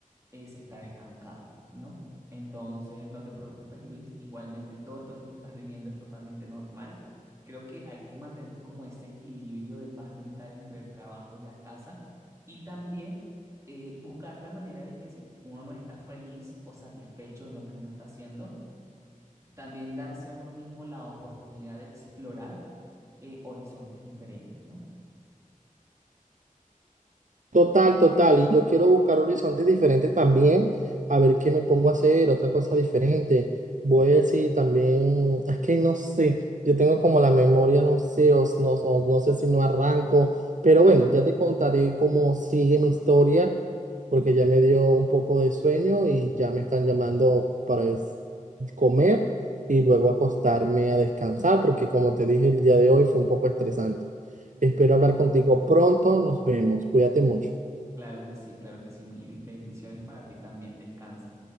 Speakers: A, on the right (about 20°); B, on the right (about 65°).
A: es estar estancado, ¿no? Entonces, no te preocupes, Luis. Igualmente, todo esto que tú estás viviendo es totalmente normal. Creo que hay que mantener como ese equilibrio de paz mental entre el trabajo y la casa y también eh, buscar la manera de que si uno no está feliz o satisfecho en lo que uno está haciendo, también darse a uno mismo la oportunidad de explorar eh, horizontes diferentes, ¿no?
B: Total, total. Y yo quiero buscar horizontes diferentes también, a ver qué me pongo a hacer, otra cosa diferente. Voy a ver si también, es que no sé, yo tengo como la memoria, no sé, o no, o no sé si no arranco, pero bueno, ya te contaré cómo sigue mi historia, porque ya me dio un poco de sueño y ya me están llamando para es- comer y luego acostarme a descansar, porque como te dije, el día de hoy fue un poco estresante. Espero hablar contigo pronto, nos vemos, cuídate mucho.
A: Claro que sí, claro que sí, mi Luis. Bendiciones para ti también. Descansa.